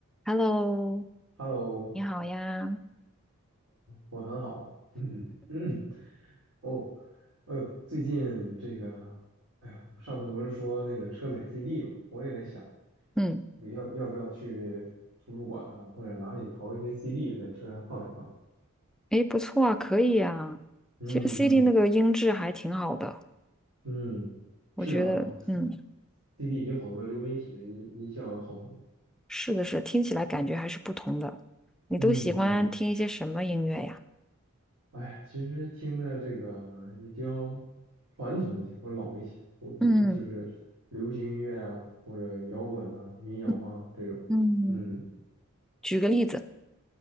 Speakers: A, in the centre; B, on the right (about 85°).
A: Hello，
B: Hello，Hello，
A: 你好呀。
B: 我很好。嗯嗯，<clears throat> 哦，哎呦，最近这个，哎呦，上次不是说那个车载 CD 嘛，我也在想，
A: 嗯，
B: 这个要要不要去图书馆啊，或者哪里淘一些 CD 在车上放一放。
A: 诶，不错啊，可以啊。
B: 嗯嗯
A: 其实 CD 那个音质还挺好的，
B: 嗯，
A: 我觉得，
B: 是的，哦
A: 嗯，
B: ，CD 比好多流媒体的音音效要好很多。
A: 是的是，听起来感觉还是不同的。你都喜欢听一些什么音乐呀？
B: 嗯嗯哎，其实听的这个也比较传统一些或者老一些，我可能就是流行音乐啊，
A: 嗯
B: 或者摇滚啊、民谣啊这种。
A: 嗯嗯，
B: 嗯，
A: 举个例子。